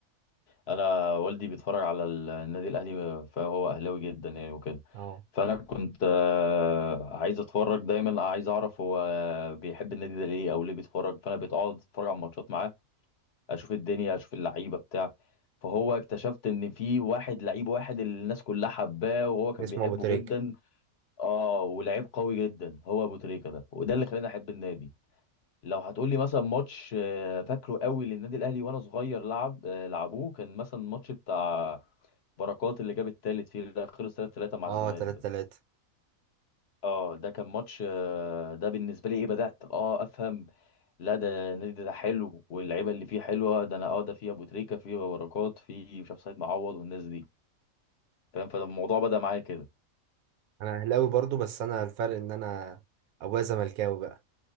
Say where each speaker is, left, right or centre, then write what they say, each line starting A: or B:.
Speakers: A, on the left; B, on the right.
A: انا والدي بيتفرج على النادي الاهلي فهو اهلاوي جدا يعني وكده
B: اه
A: فانا كنت آه، عايز اتفرج دايما عايز اعرف هو بيحب النادي ده ليه او ليه بيتفرج فانا بقعد اتفرج على الماتشات معاه اشوف الدنيا اشوف اللعيبه بتاع فهو اكتشفت ان في واحد لعيب واحد اللي الناس كلها حباه وهو كان
B: اسمه
A: بيحبه
B: ابو تريك
A: جدا اه ولعيب قوي جدا هو ابو تريكه ده وده اللي خلاني احب النادي لو هتقول لي مثلا ماتش آه، فاكره قوي للنادي الاهلي وانا صغير لعب آه، لعبوه كان مثلا الماتش بتاع بركات اللي جاب التالت فيه لا خلص 3 3 مع
B: اه
A: الزمالك
B: 3
A: ده
B: 3
A: اه ده كان ماتش آه، ده بالنسبه لي ايه بدات اه افهم لا ده النادي ده حلو واللعيبه اللي فيه حلوه ده انا اه ده فيه ابو تريكه فيه بركات فيه مش عارف سيد معوض والناس دي فاهم فالموضوع بدا معايا كده
B: انا اهلاوي برضو بس انا الفرق ان انا ابويا زملكاوي بقى